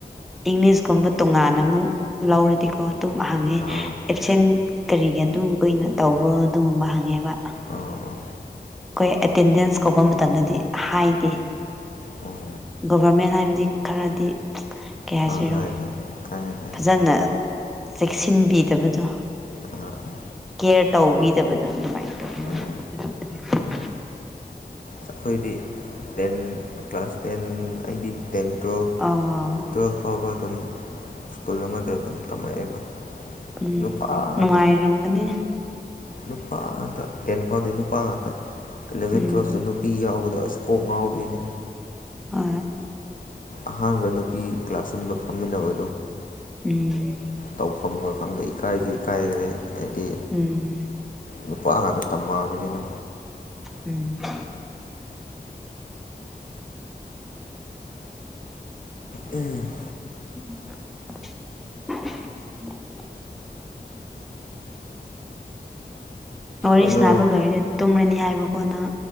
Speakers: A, in the centre; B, on the left.
A: ꯏꯪꯂꯤꯁꯀꯨꯝꯕ ꯇꯣꯉꯥꯟꯅ ꯑꯃꯨꯛ ꯂꯧꯔꯗꯤꯀꯣ ꯑꯗꯨꯝ ꯍꯪꯉꯦ
B: ꯑꯥ
A: ꯑꯦꯞꯁꯦꯟ ꯀꯔꯤꯒꯤ ꯑꯗꯨꯝ ꯀꯨꯏꯅ ꯇꯧꯕ꯭ꯔꯣ ꯑꯗꯨꯒꯨꯝꯕ ꯍꯪꯉꯦꯕ꯫
B: ꯑꯥ ꯑꯥ
A: ꯑꯩꯈꯣꯏ ꯑꯦꯇꯦꯟꯗꯦꯟꯁ ꯀꯧꯕ ꯃꯇꯝꯗꯗꯤ ꯍꯥꯏꯗꯦ
B: ꯑꯣ
A: ꯒꯣꯕꯔꯃꯦꯟ ꯍꯥꯏꯕꯗꯤ꯫ ꯈꯔꯗꯤ ꯀꯩ ꯍꯥꯏꯁꯤꯔꯣ
B: ꯑꯥ ꯍꯣꯏ ꯍꯣꯏ ꯈꯪꯉꯦ ꯈꯪꯉꯦ
A: ꯐꯖꯅ꯫ ꯆꯦꯛꯁꯤꯟꯕꯤꯗꯕꯗꯣ
B: ꯑꯥ ꯑꯥ
A: ꯀꯦꯌꯔ ꯇꯧꯕꯤꯗꯕꯗꯣ ꯑꯗꯨꯃꯥꯏꯅ ꯇꯧꯋꯦ
B: ꯎꯝ
A: ꯎ <inaudible>
B: ꯑꯩꯈꯣꯏꯗꯤ ꯇꯦꯟ ꯀ꯭ꯂꯥꯁ ꯇꯦꯟ ꯑꯩꯗꯤ ꯇꯦꯟ ꯇꯨꯋꯦꯜꯐ
A: ꯑꯥ
B: ꯇꯨꯋꯦꯜꯐ ꯐꯧꯕ ꯑꯗꯨꯝ ꯁ꯭ꯀꯨꯜ ꯑꯃꯗ ꯑꯗꯨꯝ ꯇꯝꯃꯛꯑꯦꯕ
A: ꯎꯝ
B: ꯅꯨꯄꯥ
A: ꯅꯨꯡꯉꯥꯏꯔꯝꯒꯅꯤ
B: ꯉꯥꯛꯇ ꯅꯨꯄꯥ ꯉꯥꯛꯇ ꯇꯦꯟ ꯐꯥꯎꯗꯤ ꯅꯨꯄꯥ ꯉꯥꯛꯇ ꯏꯂꯚꯦꯟ
A: ꯎꯝ
B: ꯇ꯭ꯋꯦꯜ ꯅꯨ ꯅꯨꯄꯤ ꯌꯥꯎꯕꯗ ꯑꯁ ꯀꯣꯛ ꯉꯥꯎꯕꯤꯅꯦ
A: ꯍꯣꯢ
B: ꯑꯍꯥꯟꯕ ꯅꯨꯄꯤ ꯀ꯭ꯂꯥꯁꯔꯨꯝꯗ ꯐꯝꯃꯤꯟꯅꯕ
A: ꯎꯝ
B: ꯇꯧꯐꯝꯒ ꯈꯪꯗꯦ ꯏꯀꯥꯏꯁꯨ ꯏꯀꯥꯏꯔꯦ ꯍꯥꯏꯗꯤ
A: ꯎꯝ
B: ꯅꯨꯄꯥ ꯉꯥꯛꯇ ꯇꯝꯃꯛꯑꯕꯅꯤꯅ
A: ꯎꯝ
B: ꯎꯝ <unintelligible>
A: <inaudible> ꯋꯥꯔꯤ
B: ꯑꯗꯨꯅ
A: ꯁꯅꯥꯕ ꯂꯣꯏꯔꯗꯤ ꯇꯨꯝꯔꯅꯤ ꯍꯥꯏꯕꯒꯣ ꯅꯪ